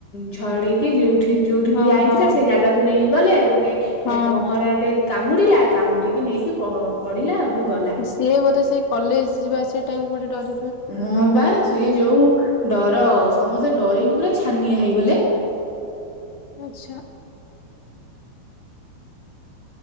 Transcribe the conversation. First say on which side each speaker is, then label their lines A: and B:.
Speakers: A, on the left; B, on the left.
A: ଝଡେଇକି ଯୋଉଠି ଯୋଉଠିକି
B: ହଁ
A: ଆଇଥିଲା
B: ହଁ
A: ସେଇ ଜାଗାକୁ ନେଇକି ଗଲେ ଗୋ ଟେ
B: ହଁ
A: ଏ ପହଁରାଟେ କାମୁଡ଼ିଲା କାମୁଡି଼କି ନେଇକି ପ ପଡ଼ିଲା ହଠୁ ଗଲା।
B: ସିଏ ବୋଧେ ସେ କଲେଜ ଯିବା ଆସିବା ଟାଇମ୍ କୋଉଠି ଡରେ।
A: ହଁ ବା ସିଏ ଯୋଉ ଡର ସମସ୍ତେ ଡରିକି ପୁରା ଛାନିଆ ହେଇଗଲେ।
B: ଆଚ୍ଛା